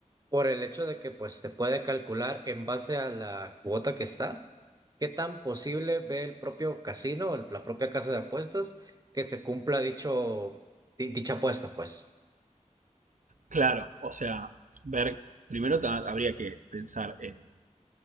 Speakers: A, on the right; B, on the right.
A: por el hecho de que pues te puede calcular en base a la cuota que está. ¿Qué tan posible ve el propio casino, el- la propia casa de apuestas, que se cumpla dicho, di- dicha apuesta, pues?
B: Claro, o sea, ver, primero ta- habría que pensar en